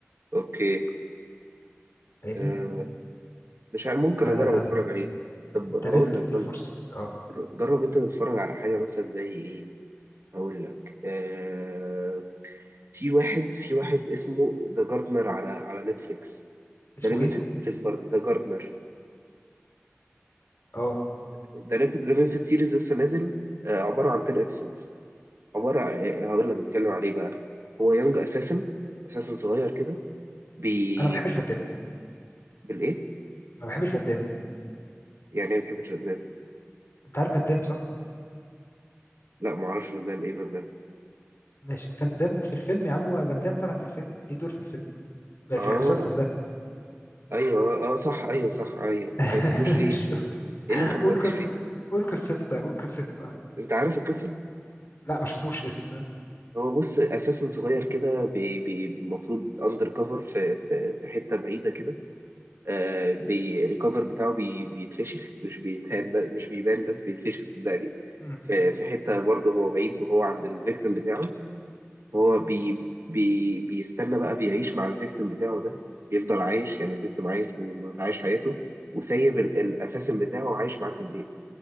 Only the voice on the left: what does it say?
فاهمني
فانت
لازم تديله
فرصه اه
اسمه
ايه
اه
انا ما بحبش
فان دام
ما بحبش فان دام
انت عارف فان دام صح
ماشي فان دام في الفيلم يا عم فان دام طلع في الفيلم ليه دور في الفيلم
في المسلسل ده
<laughs>
ماشي.
قول قصته
قول قصته طيب قول قصته آه.
لا ما شفتوش لسه اه.
مم.